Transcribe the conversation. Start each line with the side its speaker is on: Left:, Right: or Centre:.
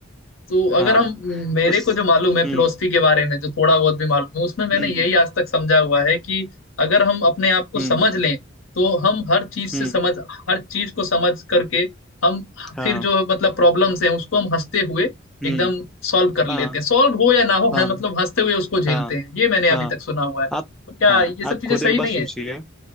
Left: तो अगर
Centre: हाँ
Left: हम मेरे
Centre: उस
Left: को जो मालूम है
Centre: हम्म
Left: फिलोसफी के बारे में जो थोड़ा बहुत भी मालूम है उसमें मैंने
Centre: हम्म
Left: यही आज तक समझा हुआ है कि अगर हम अपने आप को
Centre: हम्म
Left: समझ लें तो हम हर चीज से
Centre: हम्म
Left: समझ हर चीज को समझ करके हम
Centre: हाँ
Left: फिर जो मतलब प्रॉब्लम्स हैं उसको हम हंसते हुए
Centre: हम्म
Left: एकदम सॉल्व कर लेते
Centre: हाँ
Left: हैं सॉल्व हो या ना हो
Centre: हाँ
Left: है मतलब हंसते हुए उसको झेलते
Centre: हाँ
Left: हैं ये मैंने अभी
Centre: हाँ
Left: तक सुना हुआ है तो
Centre: आप
Left: क्या
Centre: हाँ
Left: ये सब
Centre: आप
Left: चीजें
Centre: खुद
Left: सही
Centre: एक बार
Left: नहीं
Centre: सोचिए
Left: है